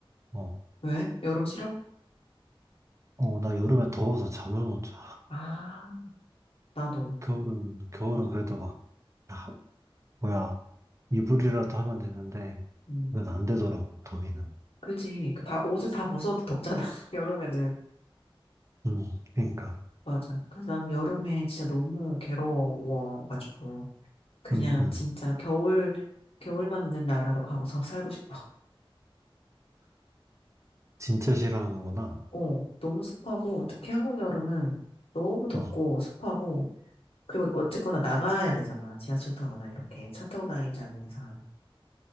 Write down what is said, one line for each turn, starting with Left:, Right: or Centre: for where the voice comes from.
Right: 어,
Left: 왜? 여름 싫어?
Right: 어, 나 여름에 더워서 잠을 못 자.
Left: 아, 나도.
Right: 겨울은, 겨울은 그래도 막, 아, 뭐야, 이불이라도 하면 되는데,
Left: 음.
Right: 이건 안 되더라고, 더위는.
Left: 그지. 그 다, 옷을 다 벗어도 덥잖아. <laughs> 여름에는.
Right: 음, 그니까.
Left: 맞아. 그래서 난 여름에 진짜 너무 괴로워가지고. 그냥
Right: 음, 음.
Left: 진짜 겨울, 겨울만 있는 나라로 가고서 살고 싶어.
Right: 진짜 싫어하는구나.
Left: 어, 너무 습하고, 특히 한국 여름은 너무 덥고
Right: 어,
Left: 습하고, 그리고 어쨌거나 나가야 되잖아. 지하철 타거나 이렇게 차 타고 다니지 않는 이상.